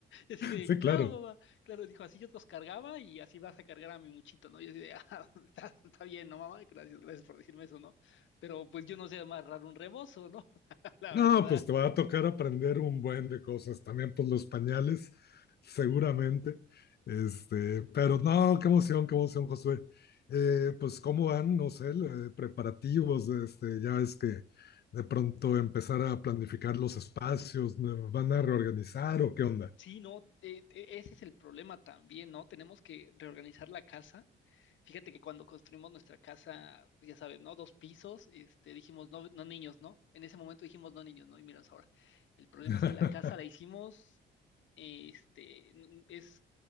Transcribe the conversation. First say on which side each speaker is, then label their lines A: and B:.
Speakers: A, on the left; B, on the left.
A: y así de,
B: sí,
A: claro,
B: claro.
A: mamá, claro, dijo, así yo te los cargaba y así vas a cargar a mi muchito, ¿no? Y así de, <laughs> ah, está, está bien, ¿no, mamá? Gracias, gracias por decirme eso, ¿no? Pero pues yo no sé amarrar un rebozo, ¿no? <laughs> La
B: No,
A: verdad,
B: pues te va a tocar aprender un buen de cosas. También, pues los pañales, seguramente. Este, pero no, qué emoción, qué emoción, Josué. Eh, pues, ¿cómo van, no sé, eh, preparativos? Este, ya ves que de pronto empezar a planificar los espacios, ¿no? ¿van a reorganizar o qué onda?
A: Sí, no, te- te- ese es el problema también, ¿no? Tenemos que reorganizar la casa. Fíjate que cuando construimos nuestra casa, pues ya sabes, ¿no? Dos pisos, este, dijimos no, no niños, ¿no? En ese momento dijimos no niños, ¿no? Y miras ahora. El problema
B: <laughs>
A: es que la casa la hicimos, este, n- es